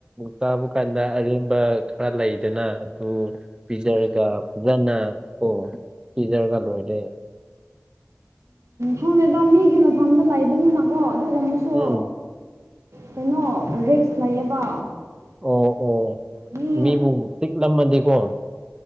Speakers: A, on the right; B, on the right.
A: ꯆꯥꯕ ꯀꯥꯟꯗ ꯑꯔꯦꯝꯕ ꯈꯔ ꯂꯩꯗꯅ ꯑꯗꯨ ꯫ ꯄꯤꯖꯔꯒ ꯐꯖꯅ ꯀꯣ ꯄꯤꯖꯔꯒ ꯂꯣꯏꯔꯦ
B: ꯍꯪꯅꯗ ꯃꯤꯒꯤ ꯃꯐꯝꯗ ꯂꯩꯕꯅꯤꯅꯀꯣ ꯑꯗꯨꯒꯨꯝꯕꯁꯨ
A: ꯎꯝ
B: ꯀꯩꯅꯣ ꯔꯤꯛꯁ ꯂꯩꯌꯦꯕ
A: ꯑꯣ ꯑꯣ
B: ꯃꯤ
A: ꯃꯤꯕꯨ ꯄꯤꯛꯂꯝꯃꯗꯤꯀꯣ